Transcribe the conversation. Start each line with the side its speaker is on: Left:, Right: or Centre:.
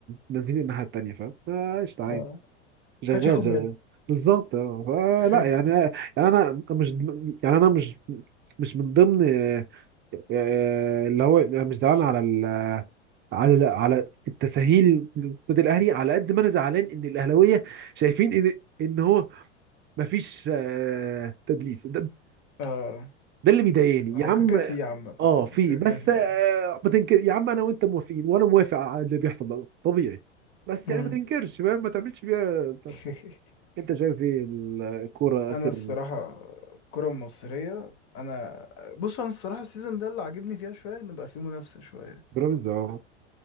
Right: المزيين الناحية التانية فاهم آه، قشطة عادي
Left: اه
Right: شغال
Left: محدش ياخد
Right: شغال
Left: باله
Right: بالظبط اه آه،
Left: <laughs>
Right: لا يعني آه، يعني انا مش يعني انا مش مش من ضمن آه، آه، اللي هو يعني مش زعلان على ال على على التساهيل ضد الاهلي على قد ما انا زعلان ان الاهلاويه شايفين ان ان هو مفيش آه، تدليس
Left: اه
Right: ده اللي بيضايقني
Left: هو
Right: يا عم
Left: كاكا في عامة
Right: اه في
Left: كاكا
Right: بس
Left: في
Right: آه ما تنكر يا عم انا وانت موافقين وانا موافق على اللي بيحصل ده طبيعي بس
Left: مم.
Right: يعني ما تنكرش فاهم ما تعملش فيها بتاع
Left: <laughs>
Right: ده. انت شايف ايه ال- الكوره
Left: انا
Right: اخر
Left: الصراحة الكرة المصرية انا بص انا الصراحة السيزون ده اللي عاجبني فيها شوية ان بقى فيه منافسة شوية
Right: بيراميدز اه